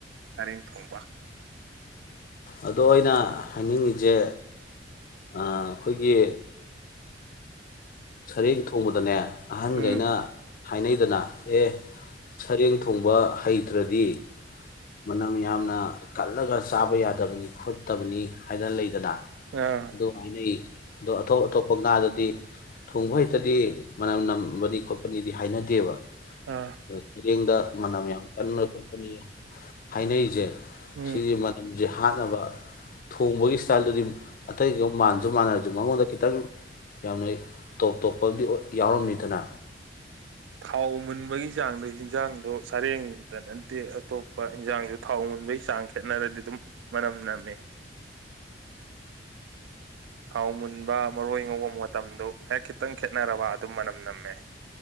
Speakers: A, on the right; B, on the left.
A: ꯍꯔꯤꯡ ꯊꯣꯡꯕ
B: ꯑꯗꯣ ꯑꯩꯅ ꯍꯥꯏꯅꯤꯡꯉꯤꯁꯦ ꯑꯩꯈꯣꯏꯒꯤ ꯁꯔꯦꯡ ꯊꯣꯡꯕꯗꯅꯦ ꯑꯍꯟꯈꯩꯅ
A: ꯎꯝ
B: ꯍꯥꯏꯅꯩꯗꯅ ꯑꯦ ꯁꯔꯦꯡ ꯊꯣꯡꯕ ꯍꯩꯇ꯭ꯔꯗꯤ ꯃꯅꯝ ꯌꯥꯝꯅ ꯀꯜꯂꯒ ꯆꯥꯕ ꯌꯥꯗꯕꯅꯤ ꯈꯣꯠꯇꯕꯅꯤ ꯍꯥꯏꯗ ꯂꯩꯗꯅ
A: ꯑꯥ
B: ꯑꯗꯣ ꯍꯥꯏꯅ ꯑꯗꯣ ꯑꯇꯣꯞ ꯑꯇꯣꯞꯄ ꯉꯥꯗꯗꯤ ꯊꯣꯡꯕ ꯍꯩꯇꯗꯤ ꯃꯅꯝ ꯅꯝꯕꯅꯤ ꯈꯣꯠꯄꯅꯤꯗꯤ ꯍꯥꯏꯅꯗꯦꯕ
A: ꯑꯥ
B: ꯑ ꯁꯔꯦꯡꯗ ꯃꯅꯝ ꯌꯥꯝ ꯀꯟꯕ ꯈꯣꯠꯄꯅꯤ ꯍꯥꯏꯅꯔꯤꯁꯦ
A: ꯎꯝ
B: ꯁꯤꯗꯤ ꯃ ꯍꯧꯖꯤꯛ ꯍꯥꯠꯅꯕ ꯊꯣꯡꯕꯒꯤ ꯏꯁꯇꯥꯏꯜꯗꯨꯗꯤ ꯑꯇꯩꯒ ꯃꯥꯟꯅꯁꯨ ꯃꯥꯟꯅꯔꯁꯨ ꯃꯉꯣꯟꯗ ꯈꯤꯇꯪ ꯌꯥꯝꯅ ꯇꯣꯞ ꯇꯣꯞꯄꯕꯨꯗꯤ ꯌꯥꯎꯔꯝꯅꯤꯗꯅ
A: ꯊꯥꯎ ꯃꯨꯟꯕꯒꯤ ꯆꯥꯡꯗ ꯍꯟꯖꯥꯡꯗꯣ ꯁꯔꯦꯡꯗ ꯅꯠꯇꯦ ꯑꯇꯣꯞꯄ ꯏꯟꯖꯥꯡꯁꯨ ꯊꯥꯎ ꯃꯨꯟꯕꯒꯤ ꯆꯥꯡ ꯈꯦꯠꯅꯔꯗꯤ ꯑꯗꯨꯝ ꯃꯅꯝ ꯅꯝꯃꯦ ꯍꯥꯎꯃꯟꯕ ꯃꯔꯣꯏ ꯉꯧꯕ ꯃꯇꯝꯗꯣ ꯍꯦꯛ ꯛꯇꯪ ꯈꯦꯠꯅꯔꯕ ꯑꯗꯨꯝ ꯃꯅꯝ ꯅꯝꯃꯦ